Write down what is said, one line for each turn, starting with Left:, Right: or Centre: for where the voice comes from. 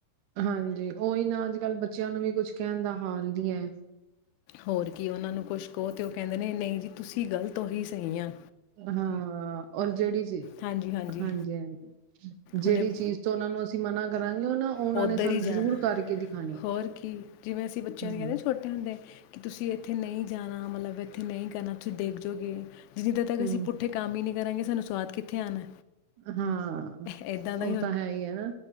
Right: ਹਾਂਜੀ ਉਹੀ ਨਾ ਅੱਜ ਕੱਲ੍ਹ ਬੱਚਿਆਂ ਨੂੰ ਵੀ ਕੁਝ ਕਹਿਣ ਦਾ ਹਾਲ ਨੀ ਹੈ।
Left: ਹੋਰ ਕੀ ਉਹਨਾਂ ਨੂੰ ਕੁਛ ਕਹੋ ਤੇ ਉਹ ਕਹਿੰਦੇ ਨੇ - ਨਹੀਂ ਜੀ ਤੁਸੀਂ ਗ਼ਲਤ ਔ ਅਹੀ ਸਹੀ ਆਂ।
Right: ਹਾਂ! ਔਰ ਜਿਹੜੀ ਚੀਜ਼
Left: ਹਾਂਜੀ ਹਾਂਜੀ
Right: ਹਾਂਜੀ-ਹਾਂਜੀ ਜਿਹੜੀ
Left: ਹੁਣੇ
Right: ਚੀਜ਼ ਤੋਂ ਉਹਨਾਂ ਨੂੰ ਅਸੀਂ ਮਨਾ ਕਰਾਂਗੇ ਉਹ ਨਾ ਉਹਨਾਂ
Left: ਉੱਧਰ
Right: ਨੇ ਸਾਨੂੰ
Left: ਹੀ
Right: ਜ਼ਰੂਰ
Left: ਜਾਣਾ
Right: ਕਰਕੇ ਦਿਖਾਣੀ ਹੈ।
Left: ਹੋਰ ਕੀ ਜਿਵੇਂ ਅਸੀਂ ਬੱਚਿਆਂ
Right: ਹੂੰ,
Left: ਨੂੰ ਕਹਿੰਦੇ ਨਾ ਛੋਟੇ ਹੁੰਦੇ, ਕਿ ਤੁਸੀਂ ਇੱਥੇ ਨਹੀਂ ਜ ਜਾਣਾ ਮਤਲਬ ਇੱਥੇ ਨਹੀਂ ਕਰਨਾ ਤੁਸੀਂ ਡੇਗ ਜੌਗੇ ਜਿ-ਜਿੱਦਾਂ ਪੈਲੇ
Right: ਹੂੰ,
Left: ਅਸੀਂ ਪੁੱਠੇ ਕੰਮ ਈ ਨੀ ਕਰਾਂਗੇ ਸਾਨੂੰ ਸਵਾਦ ਕਿੱਥੇ ਆਣਾ!
Right: ਹਾਂ
Left: ਇੱਦਾਂ ਦਾ
Right: ਉਹ ਤਾਂ ਹੈ ਹੀ ਹੈ ਨਾ